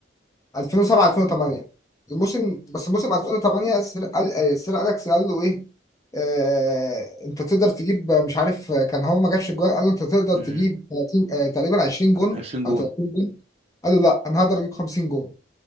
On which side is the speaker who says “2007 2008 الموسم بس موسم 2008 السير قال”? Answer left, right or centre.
Left